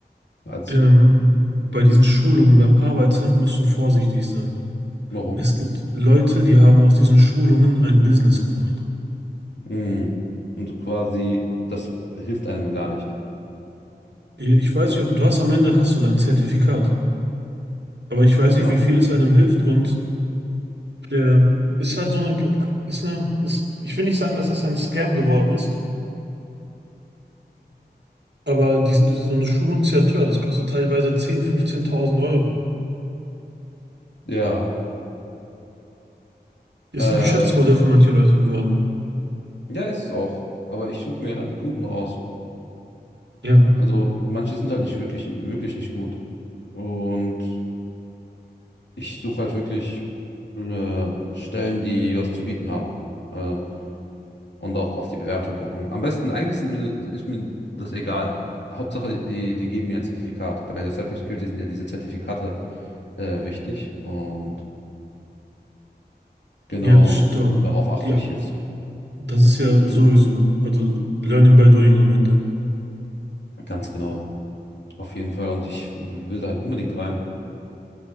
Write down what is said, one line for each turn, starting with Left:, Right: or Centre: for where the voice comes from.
Left: Als,
Right: Ähm, bei diesen Schulungen beim Arbeitsamt musst du vorsichtig sein.
Left: warum?
Right: Es gibt Leute, die haben aus diesen Schulungen ein Business gemacht.
Left: Mm. Und quasi, das hilft einem gar nicht.
Right: Ich weiß nicht, ob- du hast am Ende hast du dein Zertifikat, aber ich weiß
Left: Genau.
Right: nicht, wie viel es einem hilft und ähm, ist halt so eine, ist eine, ist, ich will nicht sagen, dass das ein Scam geworden ist, aber die sind, so eine Schulung ist ja teuer. Das kostet teilweise 10.000, 15.000 Euro.
Left: Ja.
Right: Ist
Left: Äh,
Right: ein Geschäftsmodell für manche Leute geworden.
Left: ja, ist es auch. Aber ich suche mir ja dann die Guten raus.
Right: Ja,
Left: Also, manche sind halt nicht wirklich, wirklich nicht gut. Und ich suche halt wirklich äh, Stellen, die was zu bieten haben. Äh, und auch auf die Bewertung gucken. Am besten, eigentlich sind mir, ist mir das egal. Hauptsache, die, die geben mir ein Zertifikat. Bei der Cybersecurity sind ja diese Zertifikate äh, wichtig. Und Genau,
Right: ja, das
Left: und
Right: stimmt auch.
Left: darauf achte
Right: Die
Left: ich jetzt
Right: Das ist ja sowieso, also Learning by Doing am Ende.
Left: ganz genau. Auf jeden Fall. Und ich will da halt unbedingt rein.